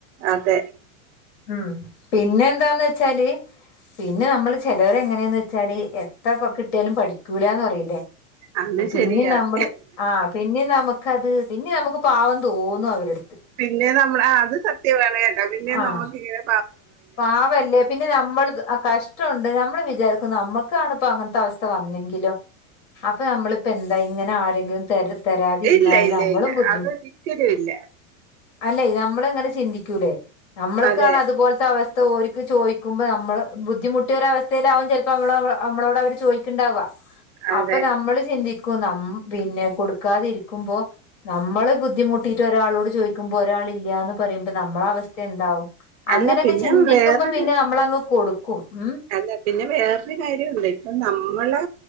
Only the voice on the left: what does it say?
ഉം പിന്നെ എന്താന്ന് വെച്ചാല് പിന്നെ നമ്മള് ചെലവര് എങ്ങനെയാന്ന് വച്ചാല് എത്ര പൊ കിട്ടിയാലും പഠിക്കൂ ലാന്ന് പറയിലേ
പിന്നിം
നമ്മള് ആഹ് പിന്നിം നമുക്കത് പിന്നെ നമുക്ക് പാവം തോന്നും അവരട്
ആഹ്
പാവല്ലേ പിന്നെ നമ്മളിത് ആ കഷ്ടോണ്ട് നമ് നമ്മള് വിചാരിക്കും നമ്മക്കാണ് ഇപ്പ അങ്ങനത്തെ അവസ്ഥ വന്നെങ്കിലോ അപ്പൊ നമ്മളിപ്പോ എന്താ ഇങ്ങനെ ആരെങ്കിലും തര് തരാതിരുന്ന
നമ്മളും
ബുദ്ധി
അല്ലെ നമ്മള് അങ്ങനെ ചിന്തിക്കൂലേ നമ്മൾക്കാണ്
അതുപോലെ അവസ്ഥ ഓര്ക്ക് ചോയ്ക്കുമ്പോ നമ്മള് ബുദ്ധിമുട്ടിയ ഒര് അവസ്ഥയിലാവും ചിലപ്പോ മ്മള് നമ്മളോട് അവര് ചോയ്ക്ക്ണ്ടാവ
അപ്പൊ നമ്മള് ചിന്തിക്കും നമ് പിന്നെ കൊടുക്കാതിരിക്കുമ്പോ നമ്മള് ബുദ്ധിമുട്ടിട്ട് ഒരാളോട് ചോയ്ക്കുമ്പോ ഒരാള് ഇല്ല്യാന്ന് പറയുമ്പ നമ്മള അവസ്ഥ എന്താവും അങ്ങനെക്കെ
ചിന്തിക്കുമ്പോ
പിന്നെ നമ്മളങ്ങ് കൊടുക്കും ഉം